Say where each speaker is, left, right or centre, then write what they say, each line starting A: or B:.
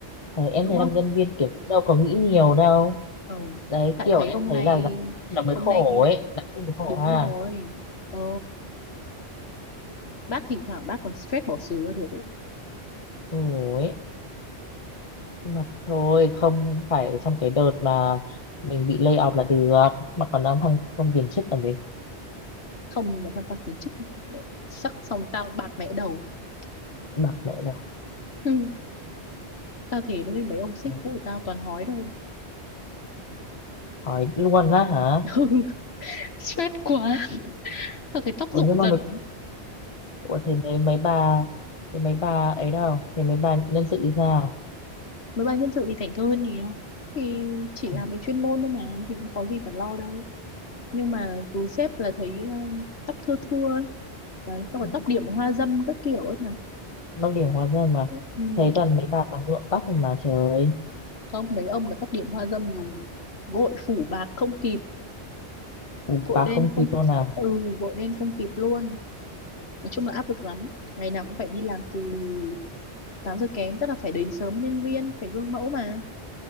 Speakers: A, on the left; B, on the left.
A: thế em
B: đúng
A: thấy
B: không
A: làm nhân viên kiểu cũng đâu có nghĩ nhiều đâu
B: ờ
A: đấy
B: tại
A: kiểu
B: thấy
A: em
B: hôm
A: thấy
B: nay
A: là làm nó mới
B: hôm
A: khổ
B: nay
A: ấy làm sinh mới khổ
B: đúng
A: ha
B: rồi ờ bác thỉnh thoảng bác còn stress bỏ xứ ra được ấy.
A: khổ ấy nhưng mà thôi không phải ở trong cái đợt mà mình bị lay off là được mà còn đang thăng không tiền chức làm gì
B: không nhưng mà tham quan kiến trúc sắc xong tao bạc mẹ đầu <laughs>
A: bạc mẹ đâu
B: Ừ, tao thể lúc mấy ông sếp
A: Ừ.
B: cũ của tao toàn hói đâu
A: hỏi luôn á hả
B: Ừ, stress quá tao thấy tóc
A: ủa
B: rụng
A: nhưng mà
B: dần
A: mấy, ủa thế mấy mấy bà thế mấy bà ấy đâu thế mấy bà nhân sự thì sao
B: mấy bài nhân sự thì thảnh thơi hơn nhiều thì chỉ
A: à,
B: làm về chuyên môn thôi mà thì cũng có gì phải lo đâu nhưng mà cứ sếp là thấy ờ, tóc thưa thưa ấy Đấy, xong rồi
A: ừ,
B: tóc điểm hoa dâm các kiểu ấy mà
A: Long điểm hóa ra mà
B: ừ.
A: thấy toàn mấy bà toàn nhuộm tóc rồi mà trời ơi
B: không mấy ông là tóc điểm hoa dâm dùng gội phủ bạc không kịp
A: Bù
B: gội
A: bà
B: đen
A: không
B: không
A: kịp luôn nào
B: ừ gội đen không kịp luôn nói chung là áp lực lắm ngày nào cũng phải đi làm từ tám giờ kém tức là phải đến sớm với nhân viên phải gương mẫu mà